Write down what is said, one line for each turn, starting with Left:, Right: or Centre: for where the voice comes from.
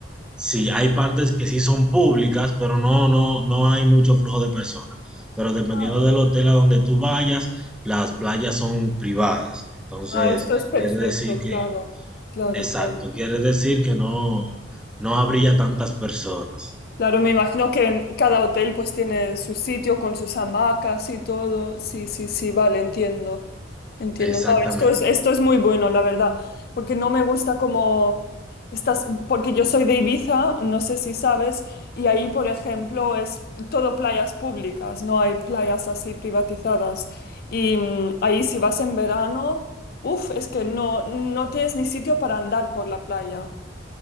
Centre: sí, hay partes que sí son públicas, pero no, no, no hay mucho flujo de personas. Pero dependiendo
Left: Ah,
Centre: del hotel a donde tú vayas, las playas son privadas. Entonces,
Left: ah, esto es perfecto,
Centre: quiere decir que,
Left: claro, claro,
Centre: exacto,
Left: claro.
Centre: quiere decir que no, no habría tantas personas.
Left: Claro, me imagino que cada hotel pues tiene su sitio con sus hamacas y todo. Sí, sí, sí, vale, entiendo. Entiendo.
Centre: Exactamente.
Left: No, esto es, esto es muy bueno, la verdad, porque no me gusta como estas, porque yo soy de Ibiza, no sé si sabes, y ahí, por ejemplo, es todo playas públicas, no hay playas así privatizadas. Y mm, ahí si vas en verano, uff, es que no, no tienes ni sitio para andar por la playa.